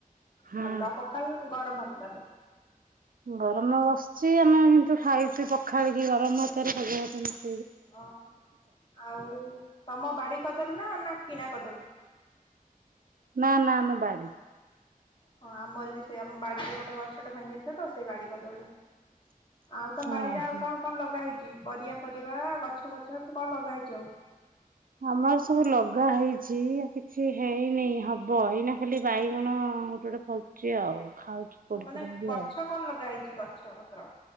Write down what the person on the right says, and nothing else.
ହୁଁ।
ଗରମ ବସିଛି ଆମେ କିନ୍ତୁ ଖାଇଛୁ ପଖାଳିକି ଗରମ ଭାତରେ ପଖାଳ ଭାତ ମିଶେ
ନା ନା ଆମ ବାଡି
ଓହୋ।
ଆମର ସବୁ ଲଗା ହେଇଛି କିଛି ହେଇନି ହବ। ଏଇନା ଖାଲି ବାଇଗଣ ହଁ ଗୋଟେ ଗୋଟେ ଫଳଛି ଆଉ। ଖାଉଛୁ ପୋଡି
ପୋଡିକି
ଆଉ।